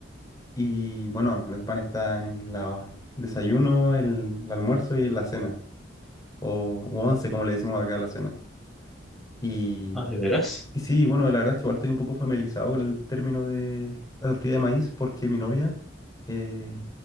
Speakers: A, on the left (about 20°); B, in the centre.
A: Y bueno, el pan está en la desayuno, el, el almuerzo y la cena, o u once, como le decimos acá a la cena. Y
B: Ah, ¿de veras?
A: Y sí, bueno, la verdad es que igual estoy un poco familiarizado con el término de la tortilla de maíz porque mi novia eh,